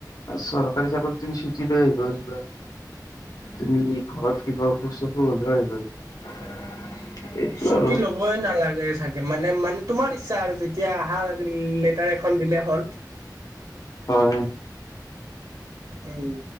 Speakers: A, on the left; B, on the right.
A: চৰকাৰী চাকৰিত তুমি চুটি লৈ আহিব পাৰিবা, তুমি ঘৰত কিবা অসুখ চসুখ হ'লে আহিব পাৰিবা। এইটো
B: ছুটি
A: আৰু
B: ল'বই নালাগে চাগে মানে মানে তোমাৰ ইচ্ছা আৰু যদি। যেতিয়া আহা লেটাৰ এখন দিলে হ'ল।
A: হয়।
B: উম।